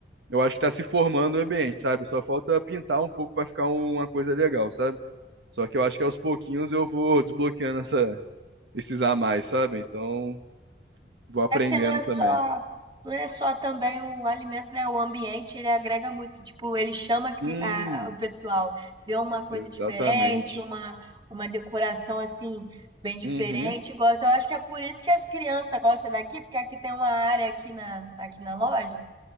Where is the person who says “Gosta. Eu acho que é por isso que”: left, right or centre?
Right